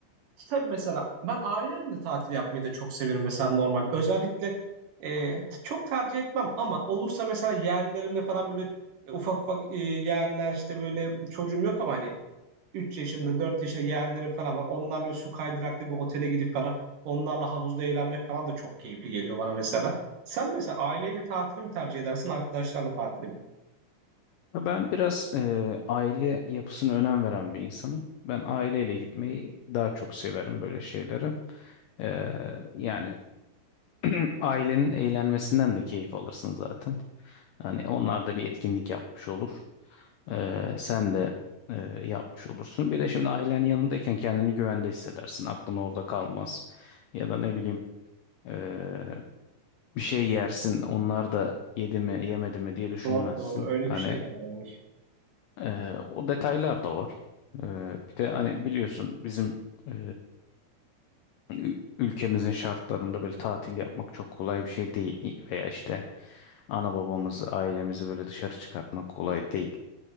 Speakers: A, on the right; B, on the left.
A: tabii mesela ben ailemle tatil yapmayı da çok severim mesela normal. Özellikle e, t- çok tercih etmem ama olursa mesela yeğenlerimle falan böyle e, ufak ufak e, yeğenler işte böyle çocuğum yok ama hani Üç yaşında 4 yaşında yeğenlerim falan var. Onlarla su kaydıraklı bir otele gidip falan onlarla havuzda eğlenmek falan da çok keyifli geliyor bana mesela. Sen mesela aileyle tatili mi tercih edersin arkadaşlarla tatili mi?
B: Ya Ben biraz e, aile yapısına önem veren bir insanım. Ben aileyle gitmeyi daha çok severim böyle şeylere. E, yani <clears throat> ailenin eğlenmesinden de keyif alırsın zaten. Hani onlar da bir etkinlik yapmış olur. E, sen de e, yapmış olursun. Bir de şimdi ailen yanındayken kendini güvende hissedersin. Aklın orada kalmaz. Ya da ne bileyim e, bir şey yersin onlar da yedi mi yemedi mi diye düşünmezsin.
A: Doğru doğru öyle
B: Hani
A: bir şey de var.
B: e, o detaylar da var. E, bir de hani biliyorsun bizim e, ü- ülkemizin şartlarında böyle tatil yapmak çok kolay bir şey değil. Veya işte ana babamızı ailemizi böyle dışarı çıkartmak kolay değil.